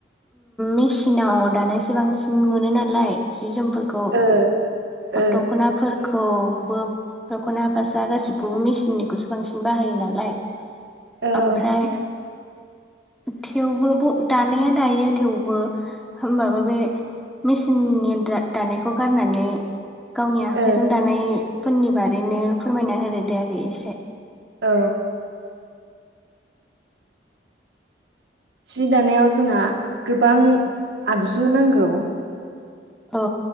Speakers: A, in the centre; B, on the right (about 80°).
A: मेसिनाव दानायसो बांसिन मोनो नालाय जि जोम फोरखौ
B: ओ ओ
A: दख'नाफोरखौ दख'ना फासा गासिबखौबो मेसिननिखौसो बांसिन बाहायो नालाय
B: औ
A: ओमफ्राय थेवबो दानाया दायो थेवबो होमबाबो बे मेसिननि दानायखौ गारनानै गावनि आखाइजों
B: ओ
A: दानायफोरनि बारैनो फोरमायना होदो दे आगै एसे
B: औ। जि दानायाव जोंहा गोबां आगजु नांगौ
A: औ